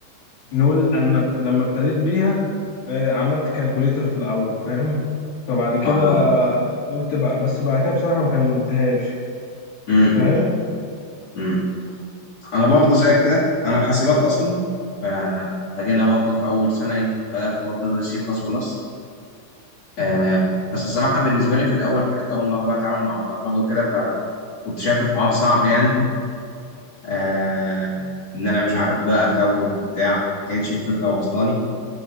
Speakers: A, on the left; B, on the left.
A: نقول انا بت- لما ابتديت بيها آه، عملت كالكوليتر في الاول فاهم فبعد كده
B: اه
A: آه، قلت بقى بس بعد كده بصراحه ما كملتهاش
B: امم
A: فاهم
B: امم انا برضه زيك كده انا في حاسبات اصلا ف... فجينا برضه في اول سنه ايه بدات برضه ادرس سي بلس بلس آه بس الصراحه بالنسبه لي في الاول كانت اول مره بقى اتعامل مع برمجه وكده فكنت شايف الحوار صعب يعني <laughs> آه ان انا مش عارف بقى اكود وبتاع ما كانتش الفكره واصله لي